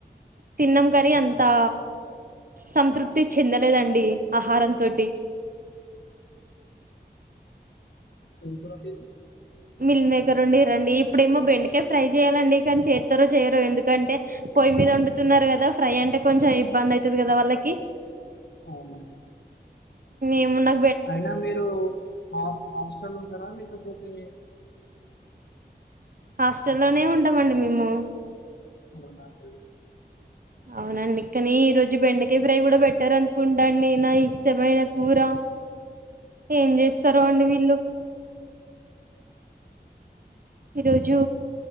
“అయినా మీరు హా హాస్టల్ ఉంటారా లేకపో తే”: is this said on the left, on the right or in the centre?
Left